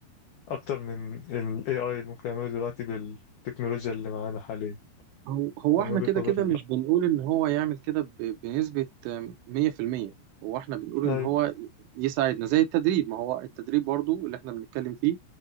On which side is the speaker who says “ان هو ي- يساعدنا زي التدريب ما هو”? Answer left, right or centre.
Right